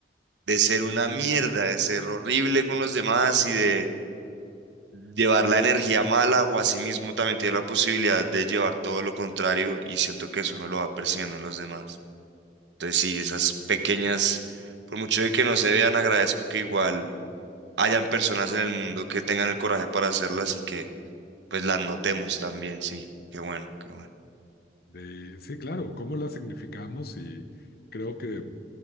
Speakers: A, on the right (about 80°); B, on the left (about 60°).
A: de ser una mierda, de ser horrible con los demás y de llevar la energía mala o asimismo también tiene la posibilidad de llevar todo lo contrario y siento que eso uno lo va percibiendo en los demás. Entonces sí, esas pequeñas, por mucho de que no se vean, agradezco que igual hayan personas en el mundo que tengan el coraje para hacerlas y que pues las notemos también, sí. Qué bueno, qué bueno.
B: De- sí, claro, cómo la significamos y creo que